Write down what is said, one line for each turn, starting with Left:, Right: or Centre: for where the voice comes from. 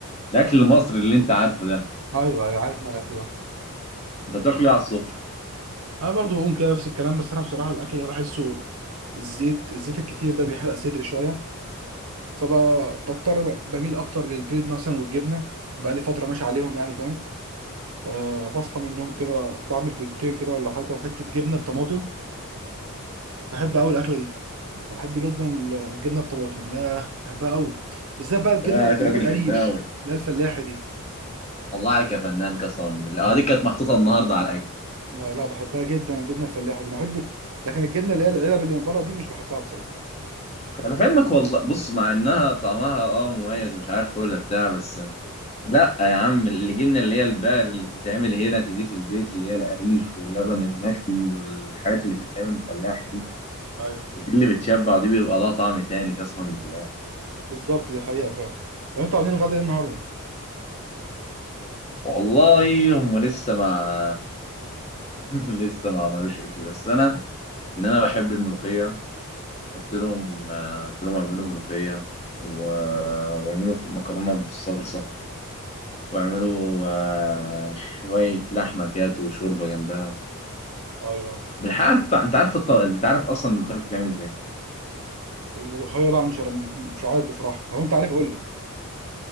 Left: الأكل المصري اللي أنت عارفه ده
Right: ايوه ايوه عارف انا الاكل ده
Left: أنت بتاكل إيه على الصبح؟
Right: انا برضو بقوم كده نفس الكلام بس انا بصراحه الاكل ده بحسه الزيت الزيت الكتير ده بيحرق صدري شويه فبضطر بميل اكتر للبيض مثلا والجبنه بقى لي فتره ماشي عليهم يعني فاهم أه بصحى من النوم كده بعمل بيضتين كده ولا حاجة وحتة جبنة بطماطم بحب أوي الأكلة دي بحب جدا ال- الجبنة بطماطم ياه بحبها أوي بالذات بقى الجبنة
Left: انت باين عليك
Right: اللي
Left: راجل
Right: هي القريش
Left: جماوي
Right: اللي هي الفلاحة دي
Left: الله عليك يا فنان قسما بالله آه، دي كانت محطوطة النهاردة على الأكل
Right: لا لا بحبها جدا الجبنة الفلاحة دي بحب لكن الجبنة اللي هي العلب اللي من بره دي مش بحبها بصراحة
Left: أنا في علمك والله بص مع إنها طعمها أه مميز مش عارف ولا بتاع بس لأ يا عم اللي جبنا اللي هي البقر اللي بتتعمل هنا دي في البيت اللي هي القريش واللبن المشوي والحاجات اللي بتتعمل فلاحي دي
Right: ايوه
Left: دي اللي بتشبع ودي بيبقى لها طعم تاني قسما بالله
Right: بالظبط دي حقيقة فعلا طب أنتوا عاملين غدا إيه النهاردة؟
Left: والله هم لسه مع <laughs> لسه ما عملوش اكل بس انا ان انا بحب الملوخيه قلت لهم آه، قلت لهم اعملوا ملوخيه و... واعملوا ط- مكرونه بالصلصه واعملوا آه، شويه لحمه كده وشوربه جنبها
Right: ايوه
Left: بالحقيقه انت انت عارف الط... انت عارف اصلا الملوخيه بتتعمل ازاي
Right: الملوخية لا مش مش عارف بصراحة لو أنت عارف قول لي